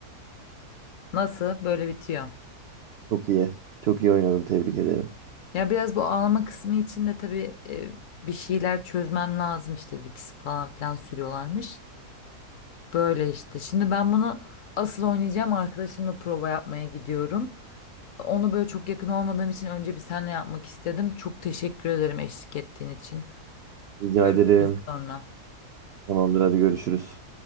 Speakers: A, on the left (about 60°); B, on the right (about 70°).
A: Nasıl? Böyle bitiyor.
B: Çok iyi. Çok iyi oynadın, tebrik ederim.
A: Ya biraz bu ağlama kısmı için de tabii e, bir şeyler çözmem lazım işte Vicks falan filan sürüyorlarmış. Böyle işte. Şimdi ben bunu asıl oynayacağım arkadaşımla prova yapmaya gidiyorum. Onu böyle çok yakın olmadığım için önce bir senle yapmak istedim. Çok teşekkür ederim eşlik ettiğin için.
B: Rica
A: Görüşürüz
B: ederim.
A: sonra.
B: Tamamdır, hadi görüşürüz.